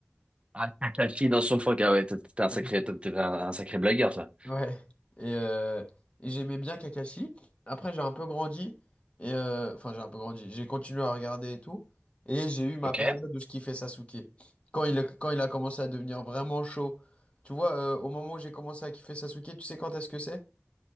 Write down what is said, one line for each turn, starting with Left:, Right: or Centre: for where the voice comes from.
Right: Ah, Kakashi dans son froc, ah ouais, t'es t'es un sacré,
Left: Ouais.
Right: t'es t'es un, un sacré blagueur, ça.
Left: Ouais. Et, euh, et j'aimais bien Kakashi. Après, j'ai un peu grandi. Et euh, enfin, j'ai un peu grandi. J'ai continué à regarder et tout. Et j'ai eu ma
Right: ok.
Left: période où je kiffais Sasuke. Quand il, a- quand il a commencé à devenir vraiment chaud. Tu vois, euh, au moment où j'ai commencé à kiffer Sasuke, tu sais quand est-ce que c'est?